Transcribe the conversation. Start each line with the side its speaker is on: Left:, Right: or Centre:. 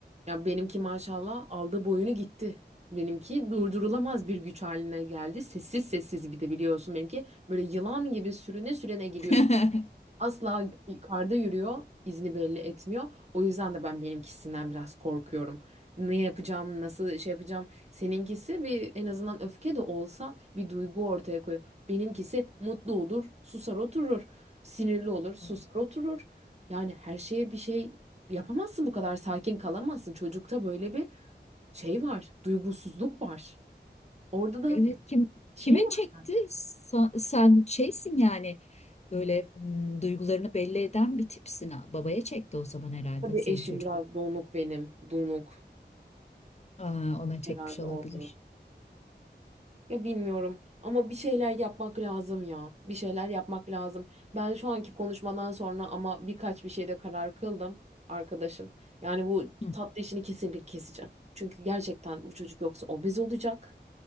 Right: Ya benimki maşallah aldı boyunu gitti. Benimki durdurulamaz bir güç haline geldi. Sessiz sessiz bir de biliyorsun benimki böyle yılan gibi sürüne sürene gidiyor.
Left: <laughs>
Right: Asla yukarıda yürüyor, izini belli etmiyor. O yüzden de ben benimkisinden biraz korkuyorum. Ne yapacağım, nasıl şey yapacağım? Seninkisi bir en azından öfke de olsa bir duygu ortaya koyuyor. Benimkisi mutlu olur, susar oturur. Sinirli olur, susar
Left: Hmm.
Right: oturur. Yani her şeye bir şey yapamazsın bu kadar sakin kalamazsın. Çocukta böyle bir şey var, duygusuzluk var. Orada da
Left: Evet kim
Right: şey
Left: kime
Right: var
Left: çekti? Sa- sen şeysin yani böyle hmm, duygularını belli eden bir tipsin. ha. Babaya çekti o zaman herhalde
Right: tabii
Left: senin
Right: eşim
Left: çocuk.
Right: biraz donuk benim, donuk
Left: Aa, ona çekmiş
Right: herhalde
Left: olabilir.
Right: oldu. Ya bilmiyorum ama bir şeyler yapmak lazım ya. Bir şeyler yapmak lazım. Ben şu anki konuşmadan sonra ama birkaç bir şeyde karar kıldım arkadaşım. Yani bu
Left: Hı.
Right: tatlı işini kesinlikle keseceğim. Çünkü gerçekten bu çocuk yoksa obez olacak.